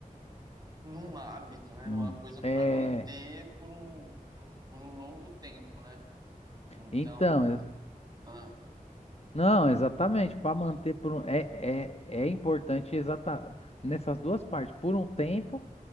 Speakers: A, on the right (about 25°); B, on the left (about 45°).
A: num hábito, né?
B: hum.
A: Numa coisa
B: É,
A: para manter por um, por um longo tempo, né? Então,
B: então, é-
A: ah,
B: não, exatamente, para manter por um, é, é, é importante exata nessas duas partes, por um tempo